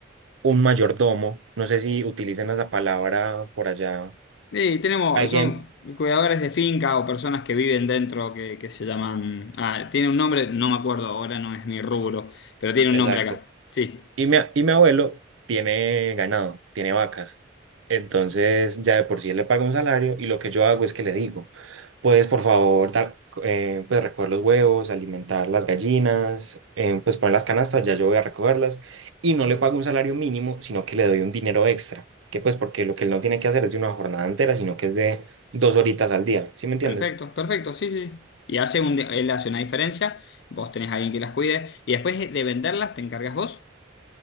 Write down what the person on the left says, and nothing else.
Sí, tenemos,
son cuidadores de finca o personas que viven dentro que, que se llaman. Ah, tiene un nombre, no me acuerdo ahora, no es mi rubro, pero tiene
un nombre acá. Sí,
perfecto, perfecto, sí, sí. sí. Y hace un, él hace una diferencia, vos tenés a alguien que las cuide, y después de venderlas te encargas vos.